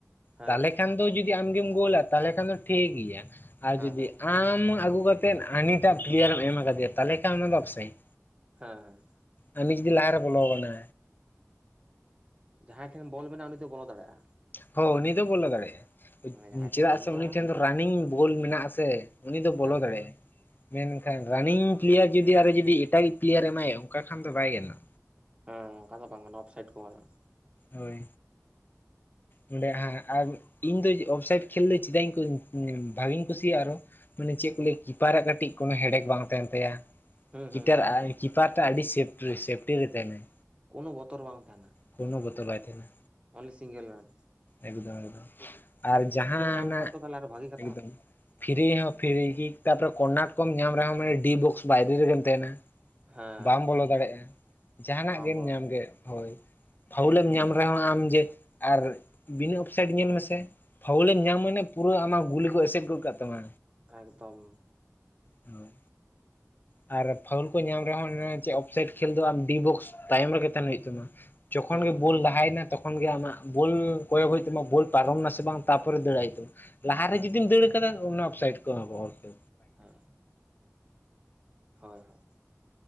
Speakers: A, on the right; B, on the left.
A: ᱦᱮᱸ
B: ᱛᱟᱦᱞᱮ ᱠᱷᱟᱱ ᱫᱚ ᱡᱩᱫᱤ ᱟᱢᱜᱮᱢ ᱜᱳᱞᱟ ᱛᱟᱦᱚᱞᱮ ᱠᱷᱟᱱ ᱫᱚ ᱴᱷᱤᱠ ᱜᱮᱭᱟ, ᱟᱨ
A: ᱦᱮᱸ
B: ᱡᱩᱫᱤ
A: ᱦᱮᱸ
B: ᱟᱢ ᱟᱹᱜᱩ ᱠᱟᱛᱮ ᱛᱮᱫᱽ ᱦᱟᱱᱤᱴᱟᱜ ᱯᱞᱮᱭᱟᱨ ᱮᱢ ᱟᱠᱟᱫᱮᱭᱟ ᱛᱟᱦᱞᱮ ᱠᱷᱟᱱ ᱚᱱᱟ ᱫᱚ ᱚᱯᱷᱥᱟᱭᱤᱴ᱾
A: ᱦᱮᱸᱻ᱾
B: ᱦᱟᱹᱱᱤ ᱡᱩᱫᱤ ᱞᱟᱦᱟ ᱨᱮ ᱵᱚᱞᱚ ᱜᱚᱫ ᱱᱟ᱾
A: ᱡᱟᱦᱟᱸᱭ ᱴᱷᱮᱱ ᱵᱚᱞ ᱢᱮᱱᱟᱜᱼᱟ, ᱩᱱᱤ ᱫᱚ ᱵᱚᱞᱚ ᱫᱟᱲᱮᱜᱼᱟ᱾
B: ᱦᱚᱸ ᱩᱱᱤ ᱫᱚ ᱵᱚᱞᱚ ᱫᱟᱲᱮᱜᱼᱟ᱾
A: ᱡᱟᱦᱟᱸᱭ
B: ᱪᱮᱫᱟᱜ
A: ᱴᱷᱮᱱ ᱵᱟᱹᱱᱩᱜᱼᱟ
B: ᱥᱮ ᱩᱱᱤ ᱴᱷᱮᱱ ᱫᱚ ᱨᱟᱱᱤᱝ ᱵᱳᱞ ᱢᱮᱱᱟᱜ ᱟᱥᱮ, ᱩᱱᱤ ᱫᱚ ᱵᱚᱞᱚ
A: ᱦᱮᱸ
B: ᱫᱟᱲᱮᱭᱟᱜᱼᱟ
A: ᱦᱮᱸ
B: ᱮ᱾ ᱢᱮᱱᱠᱷᱟᱱ ᱨᱟᱱᱤᱝ ᱯᱞᱮᱭᱟᱨ ᱡᱩᱫᱤ, ᱟᱨᱚ ᱡᱩᱫᱤ ᱮᱴᱟᱜᱤᱡᱽ ᱯᱞᱤᱭᱟᱨ ᱮ ᱮᱢᱟᱭᱟ ᱚᱱᱠᱟ ᱠᱷᱟᱡᱽ ᱫᱚ ᱵᱟᱭ ᱜᱟᱱᱚᱜᱼᱟ᱾
A: ᱦᱮᱸ ᱚᱱᱠᱟ ᱫᱚ ᱵᱟᱝ ᱜᱟᱱᱚᱜᱼᱟ ᱚᱯᱷᱥᱟᱭᱤᱴ ᱠᱚ ᱮᱢᱟᱢᱟ᱾
B: ᱦᱳᱭ᱾ ᱚᱸᱰᱮ ᱦᱟᱜᱽ, ᱟᱨ ᱤᱧ ᱫᱚ ᱚᱯᱷᱥᱟᱭᱤᱰ ᱠᱷᱮᱞ ᱫᱚ ᱪᱮᱫᱟᱜᱽ ᱤᱧ ᱠᱩ, ᱵᱷᱟᱜᱤᱧ ᱠᱩᱥᱤᱭᱟᱜᱼᱟ, ᱟᱨᱚ ᱢᱟᱱᱮ ᱪᱮᱫ ᱠᱩᱹᱞᱮᱭ ᱠᱤᱯᱟᱨᱟᱜ ᱠᱟᱹᱴᱤᱡ ᱠᱳᱱᱳ ᱦᱮᱰᱮᱠ ᱵᱟᱝ ᱛᱟᱦᱮᱱ ᱛᱟᱭᱟ᱾
A: ᱦᱩᱸ ᱦᱩᱸ᱾
B: ᱴᱮᱨ
A: ᱦᱩᱸ
B: ᱟᱭ ᱠᱤᱯᱟᱨᱴᱟᱜ ᱟᱹᱰᱤ ᱥᱮᱯᱴ ᱨᱮ, ᱥᱮᱯᱴᱤ ᱨᱮ ᱛᱟᱦᱮᱱᱟᱭ᱾
A: ᱠᱳᱱᱳ ᱵᱚᱛᱚᱨ ᱵᱟᱝ ᱛᱟᱦᱮᱱᱟ᱾
B: ᱠᱳᱱᱳ ᱵᱚᱛᱚᱨ ᱵᱟᱭ ᱛᱟᱦᱮᱱᱟ᱾
A: ᱳᱱᱞᱤ ᱥᱤᱝᱜᱮᱞ ᱢᱮᱱ᱾
B: ᱮᱠᱫᱚᱢ ᱮᱠᱫᱚᱢ᱾ ᱟᱨ ᱡᱟᱦᱟᱸ
A: ᱧᱟᱢ
B: ᱚᱱᱟ,
A: ᱠᱷᱟᱱ ᱛᱚ ᱛᱟᱦᱚᱞᱮ ᱟᱨᱚ ᱵᱷᱟᱜᱤ ᱠᱟᱛᱷᱟ
B: ᱮᱠᱫᱚᱢ᱾ ᱯᱷᱤᱨᱤ ᱦᱚᱸ ᱯᱷᱤᱨᱤ ᱜᱤ, ᱛᱟᱯᱚᱨᱮ ᱠᱚᱨᱱᱟᱴ ᱠᱚᱢ ᱧᱟᱢ ᱨᱮᱦᱚᱸ ᱢᱟᱱᱮ ᱰᱤ ᱵᱚᱠᱥ ᱵᱟᱭᱨᱮ ᱨᱮᱜᱮᱢ ᱛᱟᱦᱮᱱᱟ᱾
A: ᱦᱮᱸ
B: ᱵᱟᱢ ᱵᱚᱞᱚ ᱫᱟᱲᱮᱜᱼᱟ, ᱡᱟᱦᱟᱸᱱᱟᱜᱽ
A: ᱵᱟᱢ
B: ᱜᱮᱢ
A: ᱵᱚᱞᱚ
B: ᱧᱟᱢ
A: ᱫᱟᱲᱮᱭᱟᱜᱼᱟ
B: ᱜᱮ, ᱦᱳᱭ᱾ ᱯᱷᱟᱣᱩᱞᱮᱢ ᱧᱟᱢ ᱨᱮᱦᱚᱸ ᱟᱢ ᱡᱮ, ᱟᱨ ᱵᱤᱱᱟᱹ ᱚᱯᱷᱥᱟᱭᱤᱴ ᱧᱮᱞ ᱢᱮᱥᱮ ᱯᱷᱟᱣᱩᱞᱮᱢ ᱧᱟᱢ ᱢᱟᱱᱮ ᱯᱩᱨᱟᱹ ᱟᱢᱟᱜ ᱜᱩᱞ ᱜᱮᱠᱚ ᱮᱥᱮᱫᱽ ᱜᱚᱫᱽ ᱠᱟᱜᱽ ᱛᱟᱢᱟ᱾
A: ᱮᱠᱫᱚᱢ᱾
B: ᱦᱮᱞᱳᱣ᱾ ᱟᱨ ᱯᱷᱟᱣᱩᱞ ᱠᱚ ᱧᱟᱢ ᱨᱮᱦᱚᱸ, ᱚᱱᱮ ᱪᱮᱜᱽ ᱚᱯᱷᱥᱟᱭᱤᱴ ᱠᱷᱮᱞ ᱫᱚ ᱟᱢ ᱰᱤ ᱵᱚᱠᱥ ᱛᱟᱭᱚᱢ ᱨᱮᱜᱮ ᱛᱟᱦᱮᱱ ᱦᱩᱭᱩᱜᱽ ᱛᱟᱢᱟ᱾ ᱡᱚᱠᱷᱚᱱ
A: ᱦᱩᱸ
B: ᱜᱮ
A: ᱦᱩᱸ
B: ᱵᱳᱞ ᱞᱟᱦᱟᱭᱮᱱᱟ ᱛᱚᱠᱷ ᱛᱚᱠᱷᱚᱱ ᱜᱮ ᱟᱢᱟᱜ ᱵᱳᱞ ᱠᱚᱭᱚᱜᱽ ᱦᱩᱭᱩᱜᱽ ᱛᱟᱢᱟ ᱵᱳᱞ ᱯᱟᱨᱚᱢ ᱱᱟᱥᱮ ᱵᱟᱝ ᱛᱟᱨᱯᱚᱨᱮ ᱫᱟᱹᱲᱟᱜ ᱦᱩᱭᱩᱜ ᱛᱟᱢᱟ᱾ ᱞᱟᱦᱟᱨᱮ
A: ᱦᱮᱸ
B: ᱡᱩᱫᱤᱢ ᱫᱟᱹᱲ ᱟᱠᱟᱫᱟ ᱚᱱᱟ ᱚᱯᱷᱥᱟᱭᱤᱴ ᱠᱚ ᱮᱦᱚᱵᱟ ᱟᱨᱠᱤ᱾
A: ᱦᱮᱸ᱾ <unintelligible>